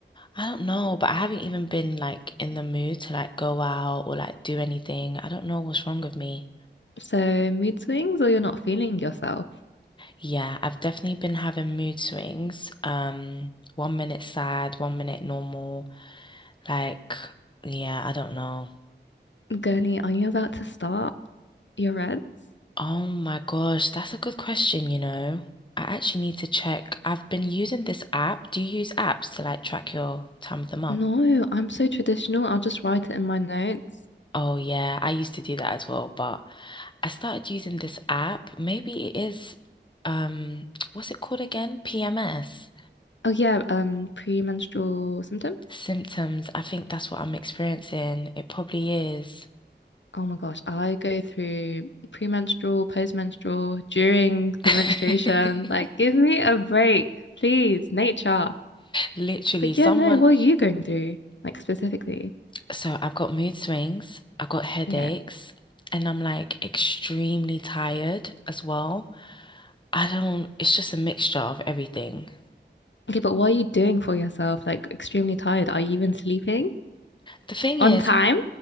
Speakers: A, on the left; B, on the left.
A: I don't know, but I haven't even been like in the mood to like go out or like do anything. I don't know what's wrong with me.
B: So, mood swings or you're not feeling yourself?
A: Yeah, I've definitely been having mood swings. Um, one minute sad, one minute normal. Like, yeah, I don't know.
B: Gurney, are you about to start your reds?
A: Oh my gosh, that's a good question, you know. I actually need to check. I've been using this app. Do you use apps to like track your time of the month?
B: No, I'm so traditional. I'll just write it in my notes.
A: Oh yeah, I used to do that as well, but I started using this app. Maybe it is um <tsk> what's it called again? PMS.
B: Oh yeah, um, premenstrual symptoms.
A: Symptoms. I think that's what I'm experiencing. It probably is.
B: Oh my gosh, I go through premenstrual, postmenstrual, during the menstruation.
A: <laughs>
B: Like, give me a break, please, nature.
A: Literally,
B: But
A: someone
B: yeah, no, what are you going through? Like specifically?
A: So I've got mood swings, I've got headaches,
B: Yeah.
A: and I'm like extremely tired as well. I don't, it's just a mixture of everything.
B: Okay, but what are you doing for yourself? Like extremely tired. Are you even sleeping
A: The thing
B: on
A: is,
B: time?